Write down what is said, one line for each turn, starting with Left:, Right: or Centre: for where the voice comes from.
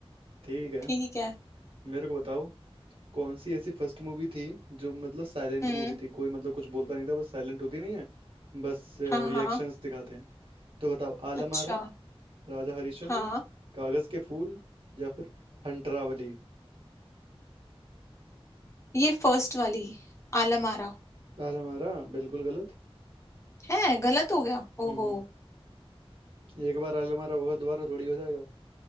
Right: ठीक है
Left: ठीक है
Right: मेरे को बताओ कौन सी ऐसी फर्स्ट मूवी थी जो मतलब साइलेंट
Left: हम्म
Right: मूवी थी कोई मतलब कुछ बोलता नहीं था बस साइलेंट होती नहीं है बस रिएक्शंस
Left: हाँ हाँ
Right: दिखाते हैं तो बताओ आलम
Left: अच्छा
Right: आरा राजा हरिश्चंद्र
Left: हाँ
Right: कागज के फूल या फिर हंटरावली
Left: ये फर्स्ट वाली आलमारा
Right: आलम आरा बिल्कुल गलत
Left: है गलत हो गया
Right: हम्म
Left: ओहो
Right: एक बार आलम आरा होगा दोबारा थोड़ी हो जाएगा